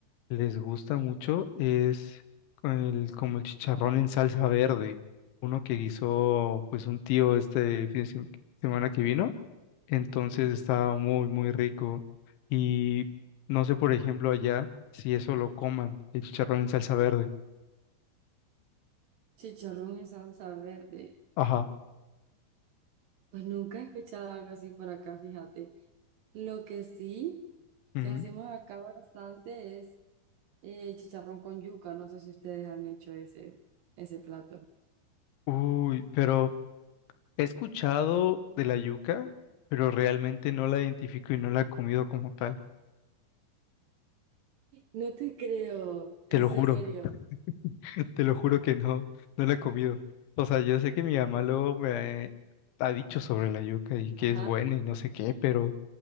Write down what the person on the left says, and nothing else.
les gusta mucho es el, como el chicharrón en salsa verde, uno que guisó pues un tío este fin de sem- semana que vino, entonces estaba muy muy rico y no sé por ejemplo allá si eso lo coman, el chicharrón en salsa verde.
Ajá.
ujú.
Uy, pero he escuchado de la yuca, pero realmente no la identifico y no la he comido como tal.
Te lo
juro, <laughs> te lo juro que no, no la he comido. O sea, yo sé que mi mamá luego me ha, dicho sobre la yuca y que
es buena y no sé qué, pero